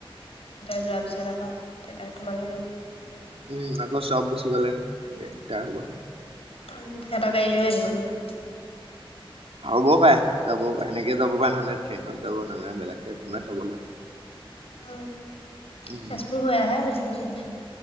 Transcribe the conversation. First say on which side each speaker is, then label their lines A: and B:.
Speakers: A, on the left; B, on the right.
A: তাই যোৱাৰ পিছত আকৌ তেতিয়া তোমালৈও-
B: উম আকৌ চব গুচি গ'লে একটা হ'ব
A: উম সিহঁতৰ গাড়ী লৈ আহিব মানে
B: হ'বও পায় যাব সেনেকে যাব পায় নহ'লে ট্ৰেইনত যাব নহ'লে বেলেগকে কোনোবাই থবলৈ
A: অ,
B: উম
A: তেজপুৰ হৈ আহে বেছি দুৰ নহয়